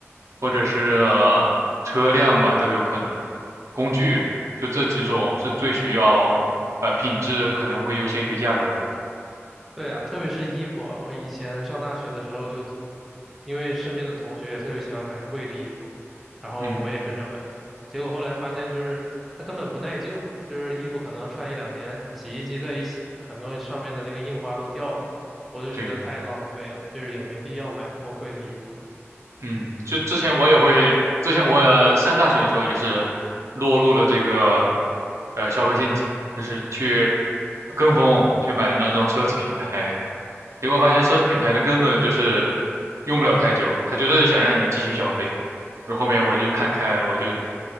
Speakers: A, on the right (about 80°); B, in the centre.
A: 或者是车辆吧，都有可能。工具就这几种是最需要呃品质可能会优先于价格的。
B: 对啊，特别是衣服啊，我以前上大学的时候就，因为身边的同学也特别喜欢买贵的衣服，然后我也跟着买，
A: 嗯，
B: 结果后来发现就是它根本不耐旧，就是衣服可能穿一两年，洗衣机再一洗，很多上面的那个印花都掉了，我就觉得太浪费了，
A: 对的。
B: 就是也没必要买那么贵的衣服。
A: 嗯，就之前我也会，之前我也上大学的时候也是落入了这个呃消费陷阱，就是去跟风去买那种奢侈品牌，结果发现奢侈品牌的根本就是用不了太久，他就是想让你继续消费。然后后面我就看开了，我就